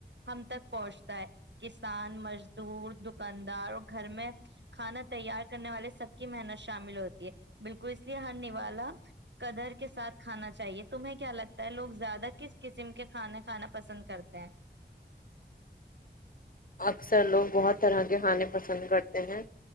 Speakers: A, on the right; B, on the left.
A: ہم تک پہنچتا ہے کسان مس دور دکاندار اور گھر میں کھانا تیار کرنے والے سب کی محنت شامل ہوتی ہے بالکل اس لیے ہر نوالا قدر کے ساتھ کھانا چاہیے تمہیں کیا لگتا ہے لوگ زیادہ کس قسم کے کھانا کھانا پسند کرتے ہیں
B: اکثر لوگ بہت طرح کے کھانے پسند کرتے ہیں